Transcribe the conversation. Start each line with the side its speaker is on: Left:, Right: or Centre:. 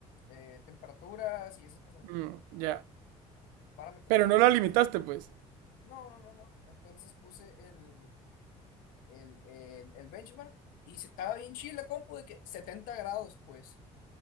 Left: eh, temperaturas y esas cosas,
Right: Mm, ya.
Left: parámetros.
Right: Pero no
Left: Entonces,
Right: la limitaste, pues.
Left: No, no, no, no. Entonces puse el, el, el, el benchmark y se- estaba bien chila, compu, de que 70 grados, pues.